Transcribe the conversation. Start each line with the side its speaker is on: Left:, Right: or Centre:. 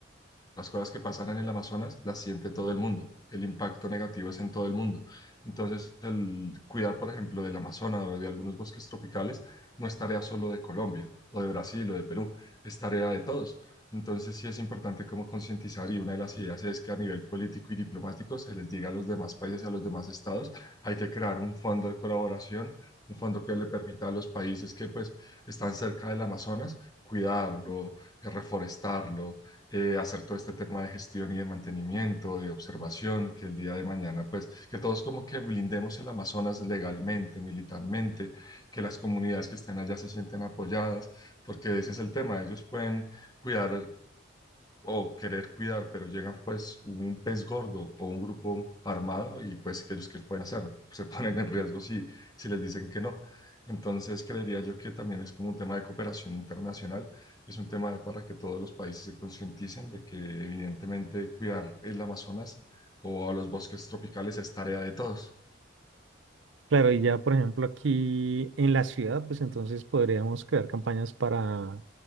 Left: Las cosas que pasan en el Amazonas las siente todo el mundo. El impacto negativo es en todo el mundo. Entonces, el cuidar, por ejemplo, del Amazonas o de algunos bosques tropicales no es tarea solo de Colombia o de Brasil o de Perú, es tarea de todos. Entonces, sí es importante como concientizar y una de las ideas es que a nivel político y diplomático se les diga a los demás países y a los demás estados, hay que crear un fondo de colaboración, un fondo que le permita a los países que pues están cerca del Amazonas cuidarlo, eh, reforestarlo, eh, hacer todo este tema de gestión y de mantenimiento, de observación, que el día de mañana, pues, que todos como que blindemos el Amazonas legalmente, militarmente, que las comunidades que estén allá se sienten apoyadas, porque ese es el tema, ellos pueden cuidar o querer cuidar, pero llegan pues un pez gordo o un grupo armado y pues ellos que pueden hacer, <laughs> se ponen en riesgo si, si les dicen que no. Entonces creería yo que también es como un tema de cooperación internacional, es un tema de para que todos los países se concienticen de que evidentemente cuidar el Amazonas o a los bosques tropicales es tarea de todos.
Right: Claro, y ya por ejemplo aquí en la ciudad, pues entonces podríamos crear campañas para